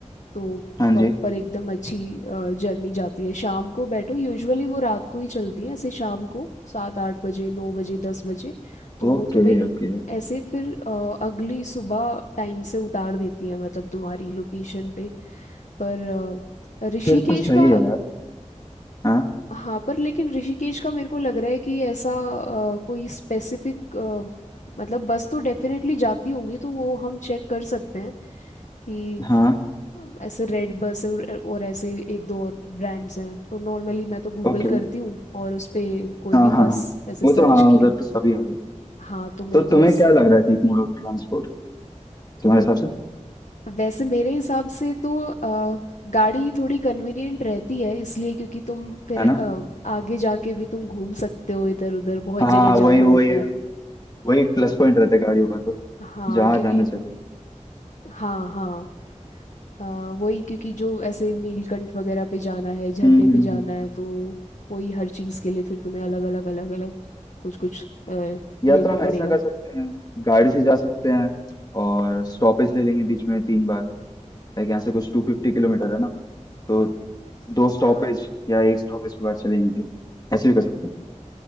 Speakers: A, on the left (about 75°); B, on the left (about 30°).
A: तो
B: हाँ
A: प्रॉपर
B: जी
A: एकदम अच्छी जर्नी जाती है शाम को बैठो यूजुअली वो रात को ही चलती हैं ऐसे शाम को सात आठ बजे नौ बजे दस बजे तो वो
B: ओके
A: तुम्हें
B: ओके
A: ऐसे फिर अ, अगली सुबह टाइम से उतार देती हैं मतलब तुम्हारी लोकेशन पे पर अ, ऋषिकेश
B: फिर तो सही
A: का
B: है यार हाँ
A: हाँ पर लेकिन ऋषिकेश का मेरे को लग रहा है कि ऐसा अ, कोई स्पेसिफिक मतलब बस तो डेफिनेटली जाती होंगी तो वो हम चेक कर सकते हैं कि
B: हाँ
A: ऐसे रेड बस और, और ऐसे एक दो और ब्रांड्स हैं तो नॉर्मली मैं तो गूगल
B: ओके
A: करती हूँ और उस पे कोई
B: हाँ
A: भी
B: हाँ
A: बस
B: हाँ
A: ऐसे
B: वो
A: सर्च
B: तो हाँ
A: किया
B: उधर तो सभी आ जाएगा
A: हाँ तो मेरे
B: तो तुम्हें
A: को ऐसे
B: क्या लग रहा है ठीक मोड ऑफ ट्रांसपोर्ट तुम्हारे हिसाब से
A: वैसे मेरे हिसाब से तो अ, गाड़ी थोड़ी कन्वीनियंट रहती है इसलिए क्योंकि तुम फिर
B: है ना
A: अ, आगे जाके भी तुम घूम सकते हो इधर उधर बहुत
B: हाँ
A: जगह
B: वही
A: जाना होता
B: वही
A: है
B: वही प्लस पॉइंट रहता है गाड़ियों का तो
A: हाँ
B: जहाँ
A: क्योंकि
B: जाना चलो
A: हाँ हाँ हाँ वही क्योंकि जो ऐसे नीलकंठ वगैरह पे जाना है झरने
B: हम्म हम्म
A: पे
B: हम्म।
A: जाना है तो वही हर चीज़ के लिए फिर तुम्हें अलग अलग अलग अलग कुछ कुछ अ,
B: या
A: लेना
B: तो हम
A: पड़ेगा
B: ऐसा कर सकते हैं गाड़ी से जा सकते हैं और स्टॉपेज ले लेंगे बीच में तीन बार लाइक यहाँ से कुछ टू फिफ्टी किलोमीटर है ना तो दो स्टॉपेज
A: हाँ
B: या एक स्टॉपेज के बाद चलेंगे ऐसे भी कर सकते हैं